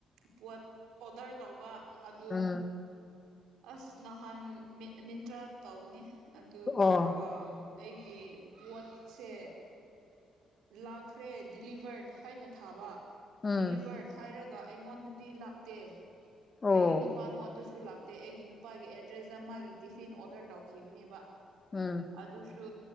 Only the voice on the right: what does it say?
ꯄꯠ ꯑꯣꯗꯔ ꯇꯧꯕ ꯑꯗꯨ
ꯑꯁ ꯅꯍꯥꯟ ꯃꯤꯟꯇ꯭ꯔꯥꯗ ꯇꯧꯕꯅꯤ ꯑꯗꯨ ꯇꯧꯔꯕ
ꯑꯩꯒꯤ ꯄꯣꯠꯁꯦ ꯂꯥꯛꯈ꯭ꯔꯦ ꯗꯤꯂꯤꯚꯔꯠ ꯍꯥꯏꯅ ꯊꯥꯕ
ꯗꯤꯂꯤꯚꯔꯠ ꯍꯥꯏꯔꯒ ꯑꯩꯉꯣꯟꯗꯗꯤ ꯂꯥꯛꯇꯦ
ꯑꯩꯒꯤ ꯅꯨꯄꯥꯉꯣꯟꯗꯁꯨ ꯂꯥꯛ ꯑꯦ ꯑꯩꯒꯤ ꯅꯨꯄꯥꯒꯤ ꯑꯦꯗ꯭ꯔꯦꯁꯇ ꯃꯥꯒꯤ ꯇꯤꯐꯤꯟ ꯑꯣꯔꯗꯔ ꯇꯧꯈꯤꯕꯅꯦꯕ
ꯑꯗꯨꯁꯨ